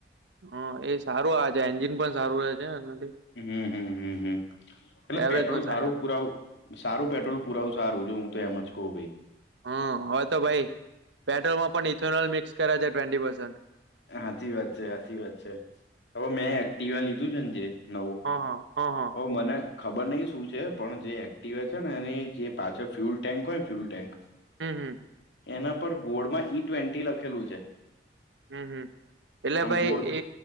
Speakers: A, on the right; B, on the left.
A: હા, એ સારું આ છે. એન્જિન પણ સારું રહે છે, એનાથી
B: હમ, હમ, હમ, હમ, એટલે
A: એવરેજ
B: પેટ્રોલ
A: પણ
B: સારું
A: સારી આપે
B: પુરાવું
A: છે
B: સારું પેટ્રોલ પુરાવું સારું જો હું તો એમ જ કહું ભાઈ.
A: હમ, હવે તો ભાઈ પેટ્રોલમાં પણ ઇથોનોલ મિક્સ કરે છે. ટ્વેન્ટી પસે
B: સાાચી વાત છે, સાચી વાત છે. હવે મેં એક્ટિવા લીધું છે ને જે નવું
A: હા, હા. હા
B: ઓ મને ખબર નહીં શું છે? પણ જે એક્ટવે છે ને એની જે પાછળ ફ્યુલ ટેન્ક હોયને, ફ્યુલ ટેન્ક
A: હમ, હમ.
B: એના પર ગોળમાં ઈ ટ્વેન્ટી લખેલું છે.
A: હમ હમ, એટલે
B: આમ
A: ભાઈએ
B: ગોળ